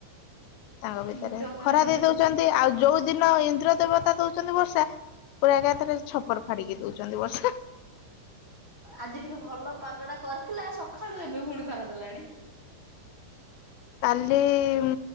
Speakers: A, on the left (about 85°); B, on the right (about 20°).
A: ତାଙ୍କ ଭିତରେ
B: ମୁଣ୍ଡ ଖରାପ
A: ଖରା
B: ହେଇଯାଉଛି।
A: ଦେଇ ଦୋଉଚନ୍ତି ଆଉ ଯୋଉ ଦିନ ଇନ୍ଦ୍ର ଦେବତା ଦୋଉଚନ୍ତି ବର୍ଷା ପୁରା ଏକାଥରେ ଛପର ଫାଡିକି ଦୋଉଚନ୍ତି ବର୍ଷା।
B: ଆଜି ଟିକେ ଭଲ ପାଗଟା କରିଥିଲା ସଖାଳୁ ଏବେ ଫୁଣି ଖରା ଦେଲାଣି।
A: କାଲି ଉଁ